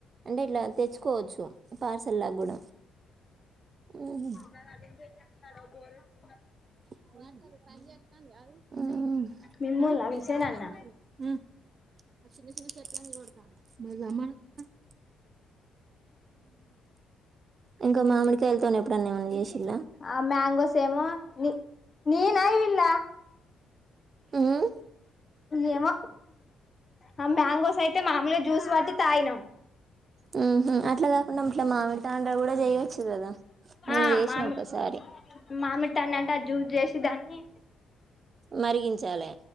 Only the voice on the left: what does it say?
చెబ <unintelligible>
మిమ్ముల్నా పిలిచేది
నాన్న
ఆ మ్యాంగోస్ ఏమో నీనా వెళ్ల
ఏమో ఆ మ్యాంగోస్ అయితే మామూలుగా జ్యూస్ పట్టి తాగినాం
ఆ
మామి
మామిడి తాండ అంటే ఆ జూస్ చేసి దాన్ని